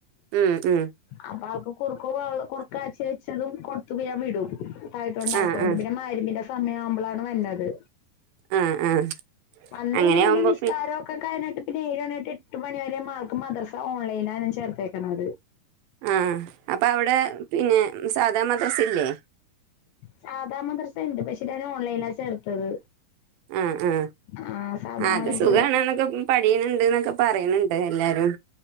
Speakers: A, on the right; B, on the left.
A: ഉം ഉം
B: അപ്പൊ ആൾക്ക് കുറുക്കു കുറുക്കാച്ചി വെച്ചതും കൊടുത്തു ഞാൻ വിടും സായത്ത ഉണ്ടാക്കപിന്നെ
A: ആ ആ
B: മയരിബിന്റെ സമയം ആവുമ്പോളാണ് വന്നത്
A: ആ ആ
B: വന്നെയ്ഞ്ഞ
A: അങ്ങനെ
B: പിന്നെ
A: ആവുമ്പോ
B: നിസ്കാരം അ കഴിഞ്ഞിട്ട് പിന്ന ഏഴ് മണട്ട് എട്ട് മണി വരെ ആൾക്ക് മദ്രസ ഓൺലൈന ചേർത്തേക്കണത് ആണ്ചേർത്തേക്കുന്നത്
A: ആ അപ്പൊ അവിടെ പിന്നെ സാധാ മദ്രസ ഇല്ലേ
B: സാദാ മദ്രസ ഇണ്ട് പക്ഷെ ഞാൻ ഓൺലൈനാ ചേർത്തത്
A: ആ ആ
B: ആ സാധാ
A: ആത്
B: മദ്രസ
A: സുഖണെന്നൊക്കെ ഉം പഠിയുന്നുണ്ട് എന്നൊക്കെ പറയുന്നുണ്ട് എല്ലാരും